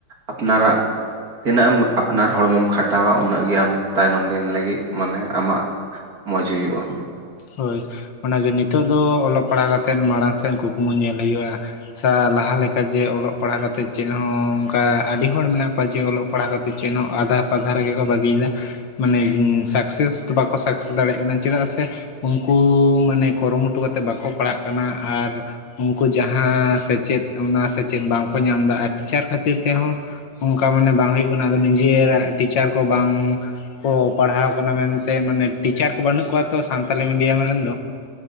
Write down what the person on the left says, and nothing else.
ᱦᱳᱭ ᱚᱱᱟ ᱜᱮ ᱱᱤᱛᱚᱜ ᱫᱚ ᱚᱞᱚᱠᱼ ᱯᱟᱲᱦᱟᱣ ᱠᱟᱛᱮᱱ ᱢᱟᱲᱟᱝ ᱥᱮᱱ ᱠᱩᱠᱢᱩ ᱧᱮᱞ ᱦᱩᱭᱩᱜ-ᱟ᱾ ᱥᱟ ᱞᱟᱦᱟ ᱞᱮᱠᱟ ᱡᱮ ᱚᱞᱚᱜ ᱯᱟᱲᱦᱟᱣ ᱠᱟᱛᱮᱜ ᱪᱮᱜ ᱦᱚᱸ ᱚᱱᱠᱟ ᱟᱰᱤ ᱦᱚᱲ ᱢᱮᱱᱟᱜ ᱠᱚᱣᱟ ᱡᱮ ᱚᱞᱚᱜ ᱼᱼ ᱯᱟᱲᱦᱟᱣ ᱠᱟᱛᱮᱫ ᱪᱮᱫ ᱦᱚᱸ ᱟᱫᱷᱟ ᱯᱫᱷᱟ ᱨᱮᱜᱮ ᱠᱚ ᱵᱟᱹᱜᱤᱭᱮᱫᱟ ᱾ ᱢᱟᱱᱮ ᱥᱟᱠᱥᱮᱥ ᱵᱟᱠᱚ ᱥᱟᱠᱥᱮᱥ ᱫᱟᱲᱮᱭᱟᱜ ᱠᱟᱱᱟ ᱪᱮᱫᱟᱜ ᱥᱮ ᱾ ᱩᱱᱠᱩ ᱢᱟᱱᱮ ᱠᱩᱨᱩᱢᱩᱴᱩ ᱠᱟᱛᱮᱫ ᱵᱟᱠᱚ ᱯᱟᱲᱦᱟᱜ ᱠᱟᱱᱟ ᱟᱨ ᱾ ᱩᱱᱠᱩ ᱡᱟᱦᱟᱸ ᱥᱮᱪᱮᱫ ᱚᱱᱟ ᱥᱮᱪᱮᱫ ᱵᱟᱝᱠᱚ ᱧᱟᱢᱫᱟ ᱟᱨ ᱴᱤᱪᱟᱨ ᱠᱷᱟᱹᱛᱤᱨ ᱛᱮᱦᱚᱸ ᱾ ᱚᱱᱠᱟ ᱢᱟᱱᱮ ᱵᱟᱝ ᱦᱩᱭᱩᱜ ᱠᱟᱱᱟ ᱟᱫᱚ ᱱᱤᱡᱮ ᱨᱟᱜ ᱴᱤᱪᱟᱨ ᱠᱚ ᱵᱟᱝ ᱾ ᱠᱚ ᱯᱟᱲᱦᱟᱣ ᱠᱟᱱᱟ ᱢᱮᱱᱛᱮ ᱢᱟᱱᱮ ᱴᱤᱪᱟᱨ ᱠᱚ ᱵᱟᱹᱱᱩᱜ ᱠᱚᱣᱟ ᱛᱚ ᱥᱟᱱᱛᱟᱞᱤ ᱢᱤᱰᱤᱭᱟᱢ ᱨᱮᱱ ᱫᱚ᱾